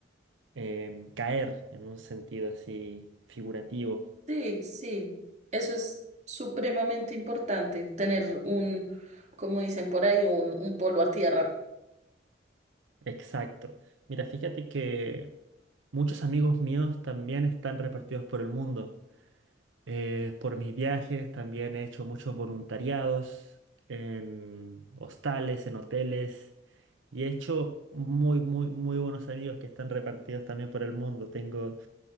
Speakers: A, on the right; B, on the right.
A: em, caer en un sentido así figurativo.
B: Sí, sí, eso es supremamente importante, tener un, como dicen por ahí, un, un polo a tierra.
A: Exacto. Mira, fíjate que muchos amigos míos también están repartidos por el mundo. Eh, por mis viajes también he hecho muchos voluntariados en hostales, en hoteles y he hecho muy, muy, muy buenos amigos que están repartidos también por el mundo. Tengo